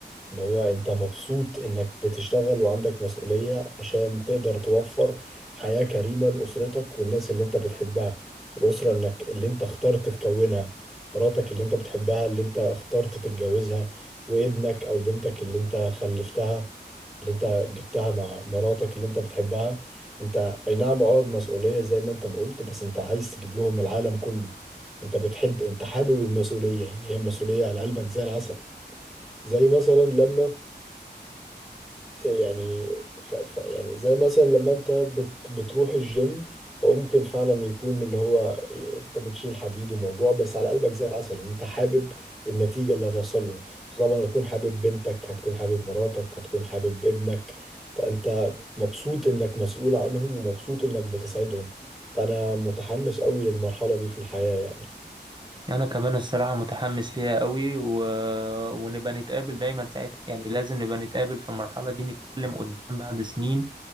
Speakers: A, in the centre; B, on the right.
A: اللي هو انت مبسوط انك بتشتغل وعندك مسؤولية عشان تقدر توفر حياة كريمة لأسرتك والناس اللي انت بتحبها الأسرة انك اللي انت اخترت تكونها مراتك اللي انت بتحبها اللي انت اخترت تتجوزها وابنك او بنتك اللي انت خلفتها اللي انت جبتها مع مراتك اللي انت بتحبها انت اي نعم عقد مسؤولية زي ما انت ما قلت بس انت عايز تجيب لهم العالم كله انت بتحب انت حابب المسؤولية يعني هي المسؤولية على قلبك زي العسل زي مثلا لما يعني خ- ف- يعني زي مثلا لما انت بت بتروح الجيم هو ممكن فعلا يكون اللي هو انت بتشيل حديد وموجوع بس على قلبك زي العسل ان انت حابب النتيجة اللي هتوصل له طبعا هتكون حابب بنتك هتكون حابب مراتك هتكون حابب ابنك فانت مبسوط انك مسؤول عنهم ومبسوط انك بتسعدهم فانا متحمس قوي للمرحلة دي في الحياة يعني
B: أنا كمان الصراحة متحمس ليها قوي و... ونبقى نتقابل دايما ساعتها يعني لازم نبقى نتقابل في المرحلة دي نتكلم قدام بعد سنين